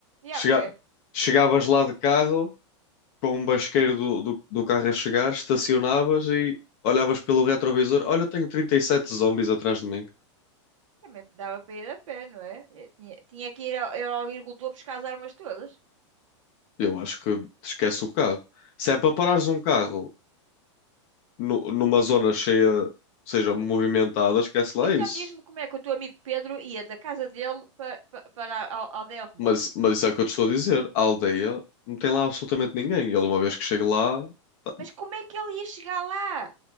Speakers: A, on the right (about 80°); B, on the left (about 30°).
A: Ia
B: Chega-
A: a pé.
B: Chegavas lá de carro, com um basqueiro do, do, do carro a chegar, estacionavas e olhavas pelo retrovisor: Olha, tenho 37 zombies atrás de mim.
A: Também dava para ir a pé, não é? Eh, Tinha, tinha que ir ao, ir ao agricultor buscar as armas todas.
B: Eu acho que esquece o carro. Se é para parares um carro nu- numa zona cheia, seja movimentada, esquece lá
A: Então
B: isso.
A: diz-me como é que o teu amigo Pedro ia da casa dele para, para a a aldeia remota.
B: Mas, mas isso é o que eu te estou a dizer: a aldeia não tem lá absolutamente ninguém. Ele, uma vez que chega lá, tá-
A: Mas como é que ele ia chegar lá?